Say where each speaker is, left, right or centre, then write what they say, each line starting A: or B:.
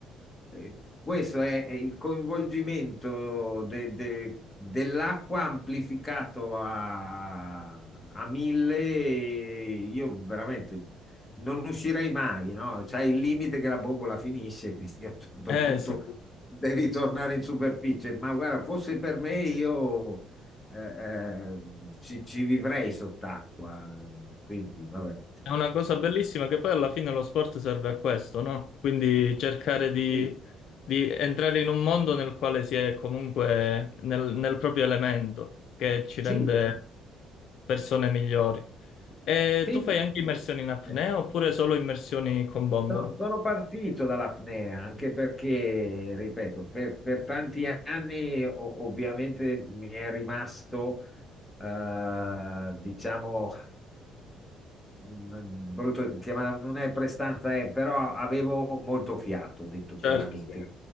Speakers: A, on the left; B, on the left.
A: eh, questo è, è il coinvolgimento de- de- dell'acqua amplificato a, a mille. e Io veramente non uscirei mai, no? C'è il limite che la bombola finisce, <laughs> quindi a un certo
B: Eh
A: punto
B: sì.
A: devi tornare in superficie. Ma guarda, fosse per me, io eh, eh, ci, ci vivrei sott'acqua. Quindi, vabbè.
B: È una cosa bellissima che poi alla fine lo sport serve a questo, no? Quindi cercare di,
A: Sì,
B: di entrare in un mondo nel quale si è comunque nel, nel proprio elemento, che ci rende
A: sì, esatto.
B: persone migliori. E
A: Sì.
B: tu fai anche immersioni in apnea
A: eh.
B: oppure solo immersioni con bombola?
A: No,
B: Tutto
A: sono partito dall'apnea anche perché, ripeto, per, per tanti anni o- ovviamente mi è rimasto, eh, diciamo, Mm, brutto da dire, ma non è prestanza, eh, però avevo molto fiato, ho detto chiaramente.
B: Certo. Tutto,